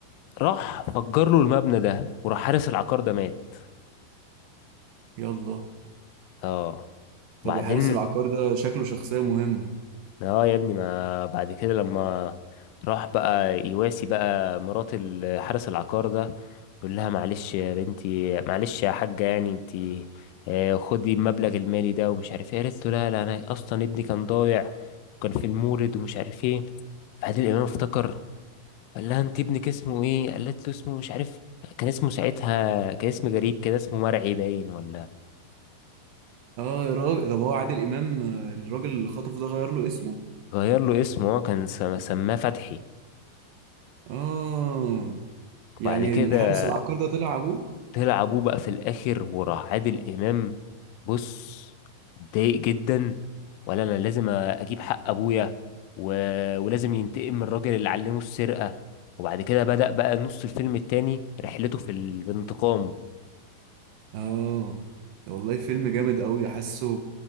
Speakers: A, on the left; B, on the right.
A: راح فجر له المبنى ده وراح حارس العقار ده مات
B: يلا
A: اه
B: طب
A: بعدين
B: وحارس العقار ده شكله شخصية مهمة
A: اه يا ابني ما بعد كده لما راح بقى يواسي بقى مرات ال- حارس العقار ده يقول لها معلش يا بنتي معلش يا حاجة يعني انتي آه، خدي المبلغ المالي ده ومش عارف ايه قالت له لا لا انا اصلا ابني كان ضايع وكان في المورد ومش عارف ايه فعادل امام افتكر قال لها انت ابنك اسمه ايه قالت له اسمه مش عارف كان اسمه ساعتها كان اسم غريب كده اسمه مرعي باين ولا
B: اه يا راجل طب هو عادل امام آه، الراجل اللي خطفه ده غير له اسمه
A: غير له اسمه هو كان سم- سماه فتحي
B: اه يعني
A: وبعد كده
B: الحارس العقار ده طلع ابوه
A: طلع ابوه بقى في الاخر وراح عادل امام بص اتضايق جدا ولا انا لازم اجيب حق ابويا و... ولازم ينتقم من الراجل اللي علمه السرقة وبعد كده بدأ بقى نص الفيلم التاني رحلته في ال- في الانتقام
B: اه ده والله فيلم جامد قوي حاسه